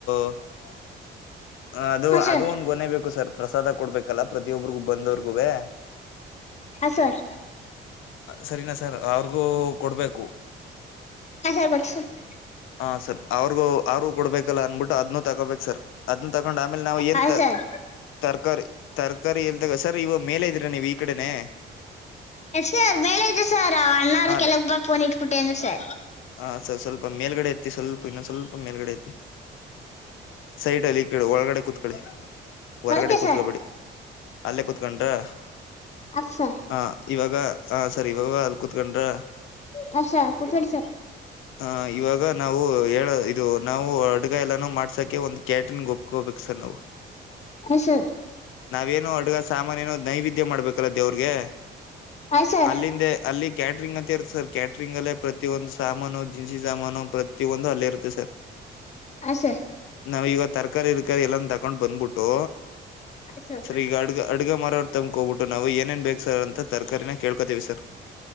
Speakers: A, on the left; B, on the left.
A: <unintelligible> ಅದು
B: ಹ ಸರ್
A: ಅದು ಒಂದು
B: ಹ ಸರ್
A: ಗೊನೆ ಬೇಕ್ ಸರ್ ಪ್ರಸಾದ ಕೊಡ್ಬೇಕಲ್ಲ ಪ್ರತಿಯೊಬ್ಬರಿಗೂ ಬಂದವ್ರಗುವೆ
B: ಹಾಂ ಸರ್
A: ಸರಿನಾ ಸರ್ ಅವ್ರಿಗೂ ಕೊಡ್ಬೇಕು.
B: ಹ ಬರ್ಸ <unintelligible>
A: ಹ ಸರ್ ಅವ್ರಿಗೂ. ಆರು ಕೊಡ್ಬೇಕಲ್ಲ ಅನ್ಬಿಟ್ಟು ಅದನ್ನು ತೋಬೇಕ <unintelligible> ಸರ್ ಅದನ್ನ ತಗೊಂಡು ಆಮೇಲೆ ನಾವು ಏನ್
B: ಹ ಸರ್
A: ತರಕಾರಿ ತರಕಾರಿ ಎಲ್ದಗ ಸರ್. ಇವಾಗ ಮೇಲೆ ಇದೀರಾ ನೀವ್ ಈ ಕಡೆನೆ.
B: ಎಸ್ ಸರ್ ಮೇಲೆ ಇದ್ದ ಸರ್ ಅಣ್ಣರ್ ಕೆಲಗ್
A: ಹ
B: ಬಾ ಫೋನ್ ಇಟ್ಬಿಟ್ಟೆಂದ ಸರ್.
A: ಹ ಸ ಸ್ವಲ್ಪ ಮೇಲ್ಗಡೆ ಎತ್ತಿ ಸ್ವಲ್ಪ ಇನ್ನು ಸ್ಪಲ್ಪ ಮೇಲ್ಗಡೆ ಐತಿ ಸೈಡ್ ಅಲ್ಲಿ ಒಳಗಡೆ ಕೂತ್ಕೊಳ್ಳಿ ಹೊರ್ಗಡೆ
B: ಓಕೆ
A: ಕೂತ್ಕೊಬೇಡಿ
B: ಸರ್
A: ಅಲ್ಲೇ ಕೂತ್ಕೊಂಡ್ರಾ
B: ಅ ಸರ್
A: ಆ ಇವಾಗ ಹ ಸರ್ ಇವಾಗ ಅಲ್ಲಿ ಕೂತ್ಕೊಂಡ್ರ
B: ಹ ಸರ್ ಕುತ್ಕೊಡಿ ಸರ್
A: ಹ ಇವಾಗ ನಾವು ಹೇಳ ನಾವು ಉ ಅಡ್ಗಗಾಯಿ ಎಲ್ಲನೂ ಮಾಡ್ಸಕೆ ಒಂದ್ ಕ್ಯಾಟಿನ್ ಒಪ್ಕೋಬೇಕು ಸರ್ ನಾವು
B: ಹ ಸರ್
A: ನಾವೇನು ಅಡ್ಗ ಸಾಮಾನ ಏನು. ನೈವೇದ್ಯ ಮಾಡ್ಬೇಕಲ್ಲ ದೇವ್ರಿಗೆ
B: ಹ ಸರ್
A: ಅಲ್ಲಿಂದ ಅಲ್ಲಿ. ಕ್ಯಾಟ್ರಿಂಗ್ ಅಂತ ಇರುತ್ತೆ ಸರ್ ಕ್ಯಾಟ್ರಿಂಗ ಅಲ್ಲೇ ಪ್ರತಿಯ ಒಂದು ಸಾಮಾನು ಜಿನ್ಸಿ ಸಾಮಾನು ಪ್ರತಿಯೊಂದು ಅಲ್ಲೇ ಇರುತ್ತೆ ಸರ್.
B: ಆ ಸ
A: ನಾವವು ಈವತು ತರಕಾರಿ ಗಿರಕಾರಿ ಎಲ್ಲಾನು ತಕೊಂಡ್ ಬಂದ್ಬಿಟ್ಟು
B: ಹ ಸರ್
A: ಸರಿ ಈಗ ಅಡ್ಗ ಅಡ್ಗ ಮಾರಾಡ್ತ <unintelligible> ಅಕೋಬಿಟ್ಟು ನಾವು ಏನೇನು ಬೇಕು <unintelligible> ಸರ್ ಅಂತ ತರಕಾರಿನ ಕೇಳ್ಕೋತೀವಿ ಸರ್